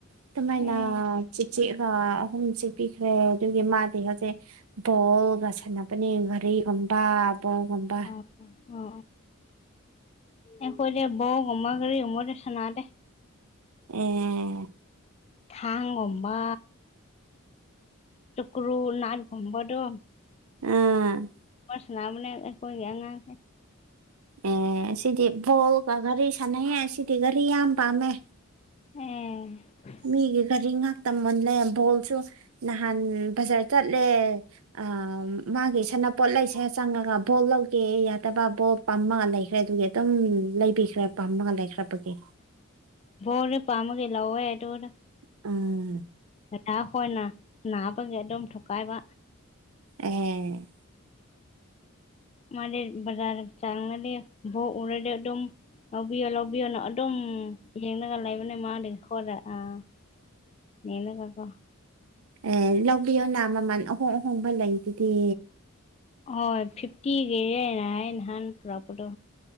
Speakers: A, on the right; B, on the left.
A: ꯑꯗꯨꯃꯥꯏꯅ
B: ꯑꯦ
A: ꯆꯤꯛ ꯆꯤꯛꯑꯒ ꯑꯍꯨꯝ ꯆꯤꯛꯄꯤꯈ꯭ꯔꯦ ꯑꯗꯨꯒꯤ ꯃꯥꯗꯤ ꯍꯧꯖꯤꯛ ꯕꯣꯜꯒ ꯁꯥꯅꯕꯅꯦ ꯉꯥꯔꯤꯒꯥ ꯒꯨꯝꯕ ꯕꯣꯜꯒꯨꯝꯕ
B: ꯑ ꯑ ꯑꯦꯈꯣꯏꯗꯤ ꯕꯣꯜꯒꯨꯝꯕ ꯒꯥꯔꯤꯒꯨꯝꯕꯗꯤ ꯁꯥꯅꯗꯦ
A: ꯥꯎꯝ
B: ꯊꯥꯡꯒꯨꯝꯕ ꯆꯨꯛꯀ꯭ꯔꯨ ꯅꯥꯏꯟ ꯐꯪꯕꯗꯣ
A: ꯎꯝ
B: ꯁꯥꯟꯅꯕꯅꯦ ꯑꯩꯈꯣꯢꯒꯤ ꯑꯉꯥꯡꯁꯦ
A: ꯑꯦ ꯁꯤꯗꯤ ꯕꯣꯜꯒ ꯒꯥꯔꯤ ꯁꯥꯟꯅꯩꯌꯦ ꯁꯤꯗꯤ ꯒꯥꯔꯤ ꯌꯥꯝ ꯄꯥꯝꯃꯦ
B: ꯑꯦ
A: ꯃꯤꯒꯤ ꯒꯥꯔꯤ ꯉꯥꯛꯇ ꯃꯨꯜꯂꯦ ꯕꯣꯜꯁꯨ ꯅꯍꯥꯟ ꯕꯖꯥꯔ ꯆꯠꯂꯦ ꯑꯥ ꯃꯥꯒꯤ ꯁꯥꯅꯄꯣꯠ ꯂꯩꯁꯦ ꯆꯪꯉꯒ ꯕꯣꯜ ꯂꯧꯒꯦ ꯌꯥꯗꯕ ꯕꯣꯜ ꯄꯝꯃꯒ ꯂꯩꯈ꯭ꯔꯦ ꯑꯗꯨꯒꯤ ꯑꯗꯨꯝ ꯂꯩꯕꯤꯈ꯭ꯔꯦ ꯄꯝꯃꯒ ꯂꯩꯈ꯭ꯔꯕꯒꯤ
B: ꯕꯣꯜꯗꯤ ꯄꯥꯝꯃꯒꯤ ꯂꯧꯋꯦ ꯑꯗꯨꯗ
A: ꯎꯝ
B: ꯗꯥꯗꯥ ꯍꯣꯢꯅ ꯅꯥꯕꯒꯤ ꯑꯗꯨꯝ ꯊꯨꯀꯥꯢꯕ
A: ꯑꯍꯦ
B: ꯃꯥꯗꯤ ꯕꯖꯥꯔꯗ ꯆꯥꯡꯉꯗꯤ ꯕꯣꯜ ꯎꯔꯗꯤ ꯑꯗꯨꯝ ꯂꯧꯕꯤꯌꯣ ꯂꯧꯕꯤꯌꯣꯅ ꯑꯗꯨꯝ ꯌꯦꯡꯉꯒ ꯂꯩꯕꯅꯦ ꯃꯥꯗꯤ ꯍꯣꯂ ꯑꯥ ꯃꯦꯜꯂꯒ ꯀꯣ
A: ꯑꯦ ꯂꯧꯕꯤꯌꯣꯅ ꯃꯃꯜ ꯑꯍꯣꯡ ꯑꯍꯣꯡꯕ ꯂꯩꯗꯨꯗꯤ
B: ꯍꯣꯏ ꯐꯤꯐꯇꯤꯒꯤꯅꯦ ꯍꯥꯏ ꯑꯩ ꯅꯍꯥꯟ ꯄꯨꯔꯛꯄꯗꯣ